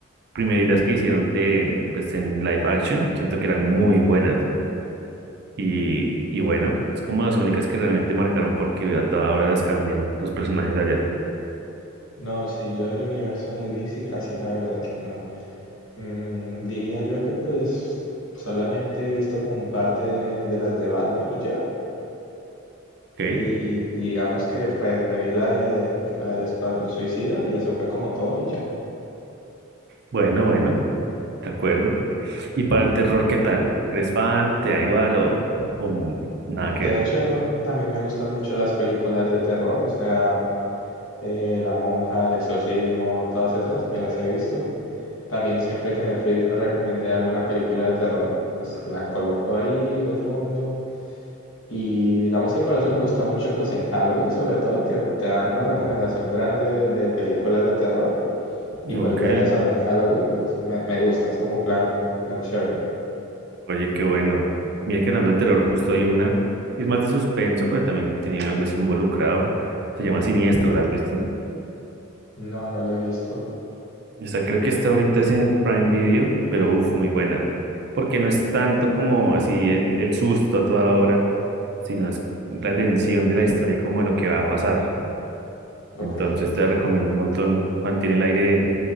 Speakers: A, on the right; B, on the left.
A: primeritas que hicieron de, pues, en live action, siento que eran muy buenas. Y, y bueno, es como las únicas que realmente marcaron porque a toda hora las cambian los personajes de allá.
B: No, sí, yo del universo de DC casi la verdad que no. Mm, diría yo que pues solamente he visto como un par de, de las de Batman y ya.
A: Ok,
B: Y digamos que pues me vi la de la del Escuadrón Suicida y eso fue como todo y ya.
A: bueno, bueno, de acuerdo. ¿Y para el terror, qué tal? ¿Eres fan? ¿Te da igual o, o nada
B: De
A: que ver?
B: hecho, también me gustan mucho las películas de terror, o sea, eh, La Monja, El Exorcismo, todas esas, me las he visto. También siempre que Netflix me recomendé alguna película de terror, pues la coloco ahí de fondo. Y digamos que por eso me gusta mucho pues en Halloween, sobre todo, que te dan una
A: Mm.
B: recomendación grande de películas de terror.
A: Ok,
B: Y pues ver eso en Halloween, pues me, me gusta, es como plan, plan chévere.
A: oye, qué bueno. Mira que hablando de terror, justo hay una. Es más de suspenso, pero también tiene algo así involucrado. Se llama Siniestro, ¿la has visto?
B: No, no la he visto.
A: Esta creo que está ahorita es en Prime Video, pero uff, muy buena. Porque no es tanto como así el, el susto a toda hora, sino es la tensión de la historia como lo que va a pasar.
B: Ok,
A: Entonces te la
B: sí.
A: recomiendo un montón. Mantiene el aire